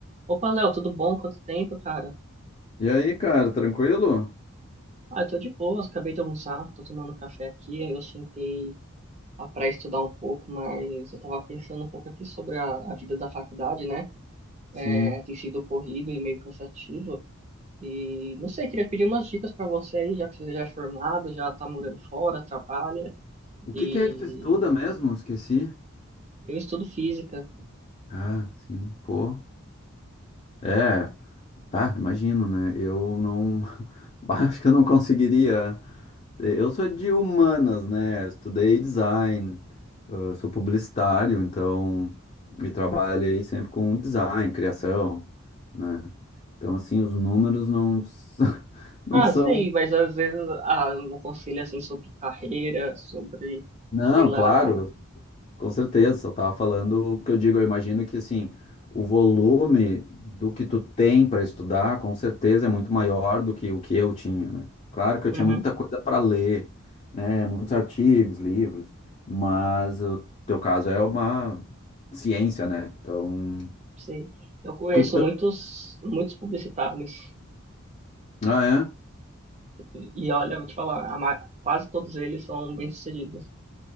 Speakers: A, on the right (about 35°); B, on the left (about 35°).
A: Opa, Léo, tudo bom? Quanto tempo, cara?
B: E aí, cara, tranquilo?
A: Ah, eu tô de boa. acabei de almoçar, tô tomando café aqui, aí eu sentei ah, pra estudar um pouco, mas eu tava pensando um pouco aqui sobre a, a vida da faculdade, né?
B: Sim.
A: É, tem sido corrido e meio cansativo, e não sei, queria pedir umas dicas pra você aí, já que você já é formado, já tá morando fora, trabalha,
B: O que
A: e
B: que é que tu estuda mesmo? Esqueci.
A: eu estudo física.
B: Ah, sim, pô. É, tá, imagino, né? Eu não. <laughs> Bah, Acho que eu não conseguiria. Eu sou de humanas, né? Estudei design, ah, sou publicitário, então. E trabalhei sempre com design, criação, né? Então, assim, os números não, s- <laughs> não
A: Ah,
B: são.
A: sei, mas às vezes, ah, um conselho assim sobre carreira, sobre,
B: Não,
A: sei lá...
B: claro. Com certeza, só tava falando, porque eu digo, eu imagino que assim, o volume do que tu tem para estudar, com certeza é muito maior do que o que eu tinha, né? Claro que eu
A: Uhum.
B: tinha muita coisa para ler, né? Muitos artigos, livros, mas o teu caso é uma ciência, né? Então,
A: Sim. Eu conheço
B: tu tá-
A: muitos, muitos publicitários
B: Ah,
A: e, e olha, eu vou te falar, a ma- quase todos eles são bem-sucedidos.